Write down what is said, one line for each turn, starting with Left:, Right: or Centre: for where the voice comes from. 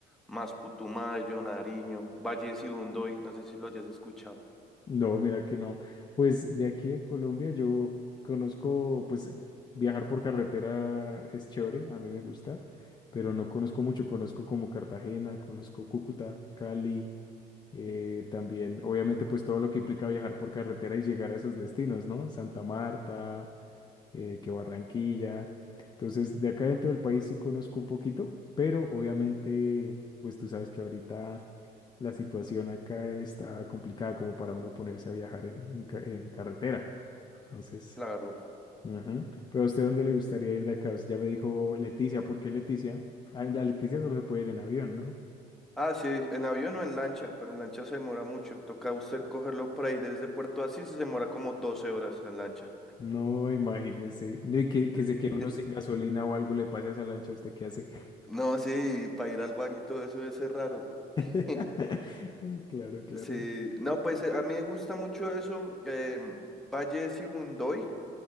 Centre: más Putumayo, Nariño, Valle de Sibundoy, no sé si lo hayas escuchado.
Left: No, mira que no. Pues de aquí a Colombia yo conozco, pues viajar por carretera es chévere, a mí me gusta, pero no conozco mucho. Conozco como Cartagena, conozco Cúcuta, Cali, eh, también, obviamente, pues todo lo que implica viajar por carretera y llegar a esos destinos, ¿no? Santa Marta, eh, que Barranquilla. Entonces, de acá dentro del país sí conozco un poquito, pero obviamente, pues tú sabes que ahorita la situación acá está complicada como para uno ponerse a viajar en, en ca- en carretera. Entonces,
Centre: Claro.
Left: ujú. Pero a usted, ¿dónde le gustaría ir de acá? Pues, Ya me dijo Leticia, ¿por qué Leticia? Ah, en la Leticia solo se puede ir en avión, ¿no?
Centre: Ah, sí, en avión o en lancha, pero en lancha se demora mucho. Toca usted cogerlo por ahí desde Puerto Asís y se demora como 12 horas en lancha.
Left: No, imagínese. No, y que,
Centre: Sí,
Left: que se quede uno
Centre: r-
Left: sin gasolina o algo le pase a esa lancha, ¿usted qué hace?
Centre: no, sí, para ir al baño y todo eso debe ser raro. <laughs>
Left: <laughs> Claro, claro.
Centre: Sí, no, pues eh, a mí me gusta mucho eso, em, Valle de Sibundoy,